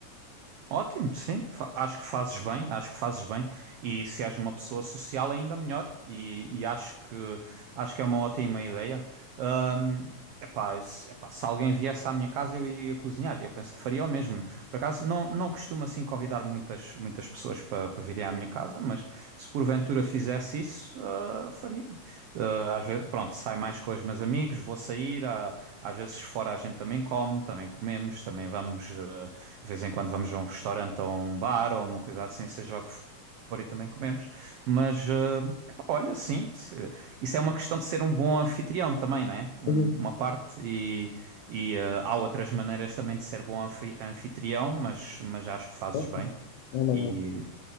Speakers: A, on the right (about 85°); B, on the left (about 80°).
A: Ótimo, sim. Fa- acho que fazes bem, acho que fazes bem. E se és uma pessoa social, é ainda melhor. E, e acho que, acho que é uma ótima ideia. Ahm, epá, se, epá, se alguém viesse à minha casa, eu iria cozinhar. Eu penso que faria o mesmo. Por acaso, não, não costumo assim convidar muitas, muitas pessoas para para virem à minha casa, mas se porventura fizesse isso, ah, faria. Ah, às vezes, pronto, é mais com os meus amigos, vou sair, ah, às vezes fora a gente também come, também comemos, também vamos, eh, de vez em quando vamos a um restaurante ou a um bar ou uma coisa assim, seja o que for, e também comemos. Mas, eh, epá, olha, sim, se- isso é uma questão de ser um bom anfitrião também, não é? Um-
B: Uhum.
A: uma parte, e, e, eh, há outras maneiras também de ser bom anfi- anfitrião, mas, mas acho que fazes
B: Ok.
A: bem.
B: É uma
A: E
B: boa.